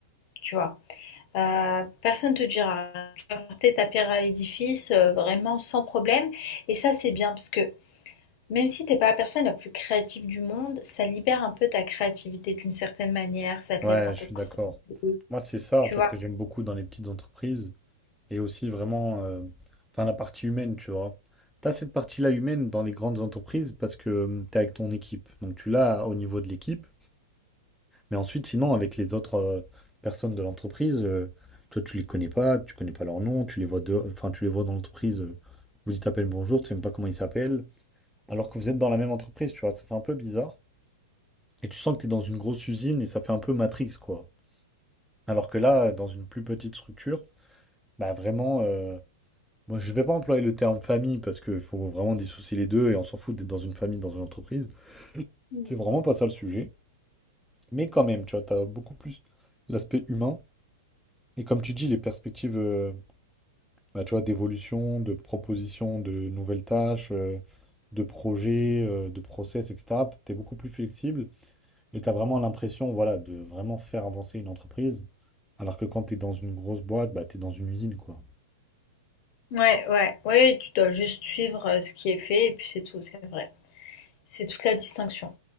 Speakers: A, on the left; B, in the centre.
A: tu vois. Euh, personne te dira, tu vas porter ta pierre à l'édifice euh, vraiment sans problème. Et ça, c'est bien parce que même si t'es pas la personne la plus créative du monde, ça libère un peu ta créativité d'une certaine manière, ça te
B: Ouais,
A: laisse un peu
B: je suis
A: creux,
B: d'accord. Moi, c'est ça
A: tu
B: en fait
A: vois.
B: que j'aime beaucoup dans les petites entreprises et aussi vraiment, euh, enfin la partie humaine, tu vois. T'as cette partie-là humaine dans les grandes entreprises parce que tu t'es avec ton équipe, donc tu l'as au niveau de l'équipe. Mais ensuite, sinon, avec les autres euh, personnes de l'entreprise, euh, toi, tu les connais pas, tu connais pas leur nom, tu les vois de... enfin, tu les vois dans l'entreprise, euh, vous dites à bonjour, tu sais même pas comment ils s'appellent, alors que vous êtes dans la même entreprise, tu vois, ça fait un peu bizarre. Et tu sens que tu es dans une grosse usine et ça fait un peu Matrix, quoi. Alors que là, euh, dans une plus petite structure, bah vraiment, euh, moi, je vais pas employer le terme famille parce qu'il faut vraiment dissocier les deux et on s'en fout d'être dans une famille, dans une entreprise.
A: Mm.
B: C'est vraiment pas ça le sujet. Mais quand même, tu vois, t'as beaucoup plus l'aspect humain Et comme tu dis, les perspectives, euh, bah, tu vois, d'évolution, de proposition, de nouvelles tâches, euh, de projets, euh, de process, etc., tu es beaucoup plus flexible et tu as vraiment l'impression, voilà, de vraiment faire avancer une entreprise. Alors que quand tu es dans une grosse boîte, bah, tu es dans une usine, quoi.
A: Ouais, ouais, ouais, tu dois juste suivre euh, ce qui est fait et puis c'est tout, c'est vrai. C'est toute la distinction.